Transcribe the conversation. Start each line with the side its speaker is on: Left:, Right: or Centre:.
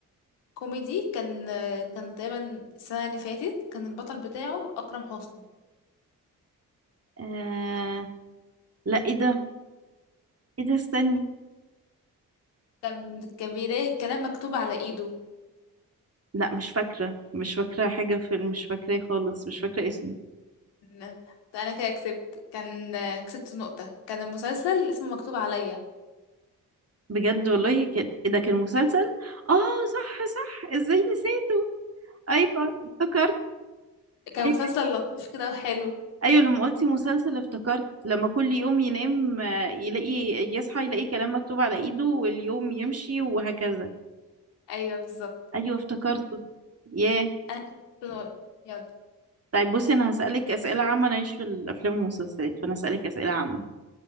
Left: كوميدي كان كان تقريبا السنة اللي فاتت كان البطل بتاعه أكرم حسني
Right: آه... لا ايه ده ايه ده استني
Left: كان كان بيلاقي الكلام مكتوب على ايده
Right: لا مش فاكره مش فاكره حاجه في مش فاكراه خالص مش فاكره اسمه
Left: لا، ده انا كده كسبت كان كسبت نقطة كان المسلسل اسمه مكتوب عليا
Right: بجد والله كان إيه ده كان مسلسل اه صح صح ازاي نسيته ايوه افتكرت
Left: كان
Right: ايوه
Left: مسلسل لطيف كده وحلو
Right: أيوة، لما قلتي مسلسل افتكرت لما كل يوم ينام آه، يلاقي يصحى يلاقي كلام مكتوب على ايده واليوم يمشي وهكذا
Left: ايوه بالظبط
Right: ايوه افتكرته
Left: <clears throat>
Right: ياه
Left: انا كسبت نقطة يلا
Right: طيب بصي انا هسألك اسئلة عامة انا ماليش في الافلام والمسلسلات فانا هسألك اسئلة عامة